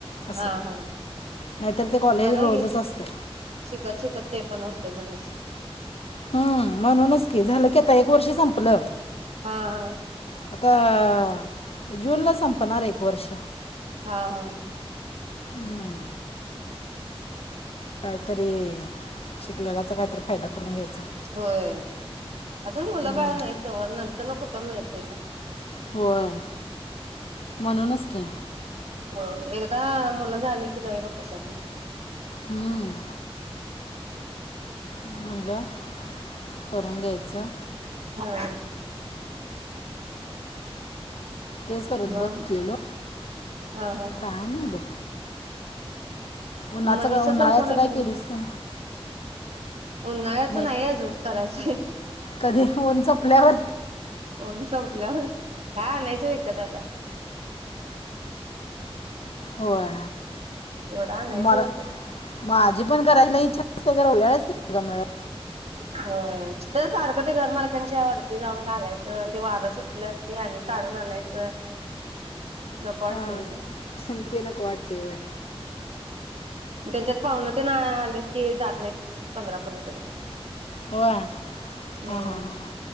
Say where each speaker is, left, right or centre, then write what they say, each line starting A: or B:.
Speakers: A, on the left (about 70°); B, on the right (about 85°).
A: असं
B: हा हा
A: नाहीतर ते कॉलेज
B: बरंय
A: रोजच
B: गे
A: असते
B: शिकत, शिकत ते पण होतय म्हणायचं
A: हम् म्हणूनच झालं की आता एक वर्ष संपलं
B: हा, हा
A: आता जूनला संपणार एक वर्ष
B: हा, हा
A: हम्म काहीतरी शिकलेल्याचा काहीतरी फायदा करून घ्यायचा
B: होय अजून मुलं
A: हम्म,
B: बाळ नाहीत तवर नंतर न कुठं मिळतय मग
A: होय म्हणूनच की
B: होय एकदा मुल झाले की नाही बग कशात
A: हम्म म्हटलं करून घ्यायचं
B: हा
A: तेच परत
B: मग
A: बसलेलो
B: हा हा
A: काय नाही बघ उन्हाचं
B: मनीषा
A: काय उन्हाळ्याचं
B: तण फोन येत काय
A: केलीस
B: नाही,
A: तर
B: उन्हाळ्याच
A: मग
B: नाही अजून करायचय
A: कधी ऊन चपल्यावर
B: ऊन संपल्यावर. काय आणायचं विकत आता.
A: होय
B: एवढं आणायचं
A: मला
B: विकत
A: माझी. पण करायला इच्छा असते, <unintelligible> वेळच नाही गं मिळत.
B: हा. ते सारखं ते घरमालकांच्या वरती. ते जाऊन घालायचं ते वारं सुटलं की, आणि काढून आणायचं. नको वाटतंय
A: हा. ते नको वाटतेय होय.
B: त्यांच्यात पाहुण तेन आलेत की जात नाहीत पंधरा, पंधरा दिवस.
A: वा
B: हम्म
A: हा हा हा.